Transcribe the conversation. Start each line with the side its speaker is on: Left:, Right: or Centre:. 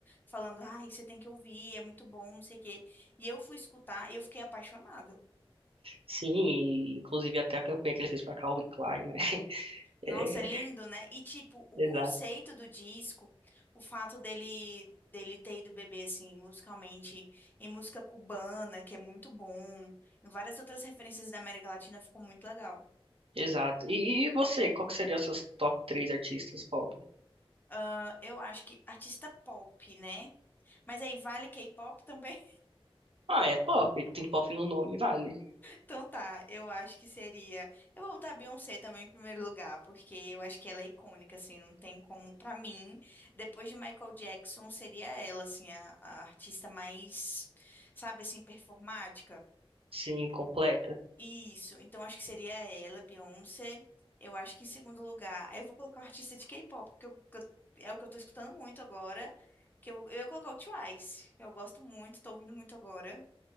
Left: Falando, ai, você tem que ouvir, é muito bom, não sei o quê. E eu fui escutar e eu fiquei apaixonada.
Right: sim, e, inclusive até a campanha que ele fez pra Calvin Klein, né? <laughs>
Left: Nossa,
Right: É,
Left: é lindo, né? E tipo, o
Right: exato,
Left: conceito do disco, o fato dele dele ter ido beber assim, musicalmente, em música cubana, que é muito bom, em várias outras referências da América Latina, ficou muito legal.
Right: exato. E, e você, qual que seria os seus top três artistas pop?
Left: Ah, eu acho que artista pop, né? Mas aí vale K-pop também?
Right: Ah, é pop, tem pop no nome, vale.
Left: Então tá, eu acho que seria. Eu vou botar a Beyoncé também em primeiro lugar, porque eu acho que ela é icônica, assim, não tem como. Pra mim, depois de Michael Jackson, seria ela, assim, a, a artista mais, sabe, assim, performática.
Right: Sim, completa.
Left: Isso, então acho que seria ela, Beyoncé. Eu acho que em segundo lugar. Aí eu vou colocar um artista de K-pop, porque eu- que eu- é o que eu tô escutando muito agora. Que eu, vou, eu ia colocar o Twice, que eu gosto muito, tô ouvindo muito agora.